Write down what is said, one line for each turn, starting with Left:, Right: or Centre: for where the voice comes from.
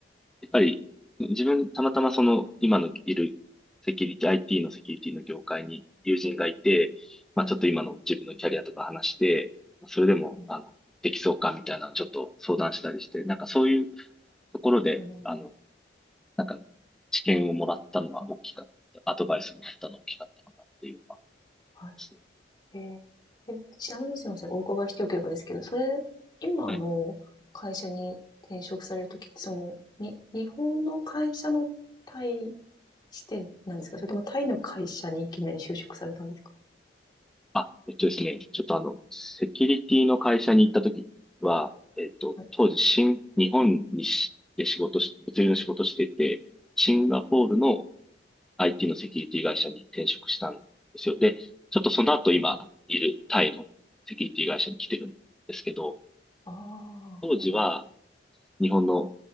Centre: やっぱり、自分、たまたまその、今のいるセキュリティ、IT のセキュリティの業界に友人がいて、まあ、
Left: はい、
Centre: ちょっと今の自分のキャリアとか話して、それでも、
Left: うん、
Centre: あの、できそうかみたいな、ちょっと相談したりして、なんかそういうところで、
Left: うんはいうん
Centre: あの、なんか、知見をもらったのは大きかった、アドバイスもらったのは大きかったかなっていうのはあり
Left: はい
Centre: ますね。
Left: えーちなみにすいません、お伺いしておければですけど、それ、今の会社に転職されるときって、
Centre: はい。
Left: その、に、日本の会社のタイ視点なんですかそれともタイの会社にいきなり就職されたんですか
Centre: あ、えっとですね、ちょっとあの、セキュリティの会社に行った時は、えっと、
Left: はい、
Centre: 当時、新、日本にし、で仕事し、物流の仕事してて、シンガポールの
Left: はい。
Centre: IT のセキュリティ会社に転職したんですよ。で、ちょっとその後今いるタイのセキュリティ会社に来てるんですけど、
Left: ああ
Centre: 当時は日本の